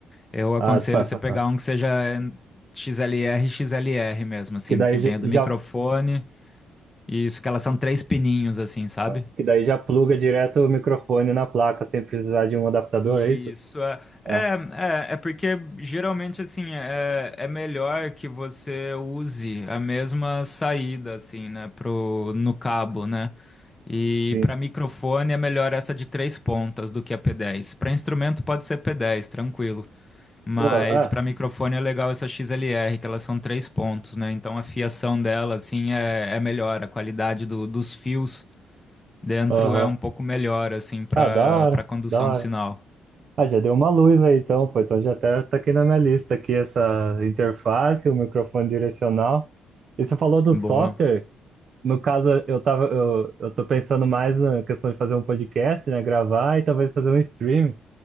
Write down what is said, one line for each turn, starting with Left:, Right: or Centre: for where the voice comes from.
Left: Eu aconselho
Right: Ah, pá,
Left: você
Right: pá,
Left: pegar
Right: pá.
Left: um que seja XLR, XLR mesmo, assim,
Right: Que daí
Left: que venha
Right: já,
Left: do
Right: já-
Left: microfone. E isso que elas são três pininhos, assim, sabe?
Right: ah, que daí já pluga direto o microfone na placa sem precisar de um adaptador,
Left: Isso
Right: é isso?
Left: é,
Right: Ah,
Left: é, é, é porque geralmente assim é, é melhor que você use a mesma saída assim, né, pro no cabo, né? E
Right: sim.
Left: para microfone é melhor essa de três pontas do que a P10. Para instrumento pode ser P10, tranquilo, mas
Right: Pô, ah,
Left: para microfone é legal essa XLR, que elas são três pontos, né? Então a fiação dela assim é, é melhor, a qualidade do- dos fios dentro
Right: Aham.
Left: é um pouco melhor assim para
Right: Ah, da hora,
Left: para condução
Right: da hora.
Left: do sinal.
Right: Ah, já deu uma luz aí então, pô. Então já até tá aqui na minha lista aqui essa interface, o microfone direcional. E você falou do
Left: Boa.
Right: software. No caso, eu tava, eu, eu tô pensando mais na questão de fazer um podcast, né? Gravar e talvez fazer um streaming.